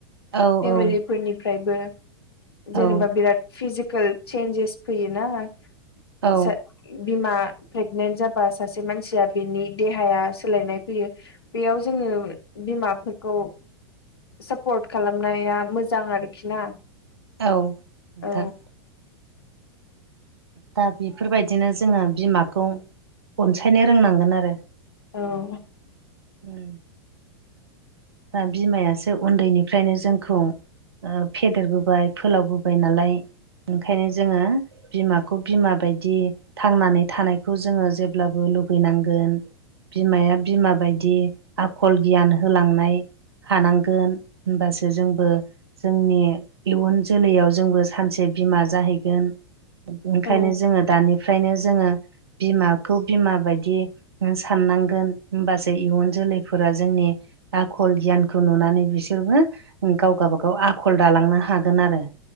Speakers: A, on the right; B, on the left.
A: औ
B: फेमे फोरनिफ्रायबो जेनेबा
A: औ
B: बिराद फिजिकेल चन्जेस फैयोना
A: औ
B: <unintelligible> बिमा प्रेगनेन्ट जाबा सासे मानसिया बिनि देहाया सोलायनाय फैयो। बेयाव जोङो बिमाफोरखौ सापर्ट खालामनाया मोजां आरोखि ना
A: औ नोंथां
B: औ
A: दा बेफोरबायदिनो जोङो बिमाखौ अनसायनो रोंनांगोन आरो
B: औ
A: उम दा बिमायासो उन्दैनिफ्रायनो जोंखौ ओ फेदेरबोबाय फोलावबोबाय नालाय ओंखायनो जोङो बिमाखौ बिमा बायदि थांनानै थानायखौ जोङो जेब्लाबो लुगैनांगोन बिमाया बिमा बायदि आखल गियान होलांनाय हानांगोन होनबासो जोंबो जोंनि इयुन जोलैयाव जोंबो सानसे बिमा जाहैगोन ओंखायनो
B: औ
A: जोङो दानिफ्रायनो जोङो बिमाखौ बिमा बायदि साननांगोन होमबासो इयुन जोलैफोरा जोंनि आखल गियानखौ नुनानै बिसोरबो गाव गावाबागाव आखल दालांनो हागोन आरो।